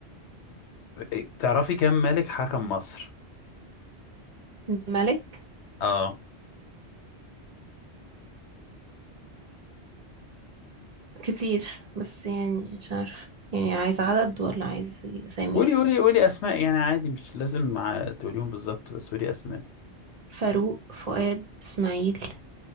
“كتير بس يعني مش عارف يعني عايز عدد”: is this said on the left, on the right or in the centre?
Right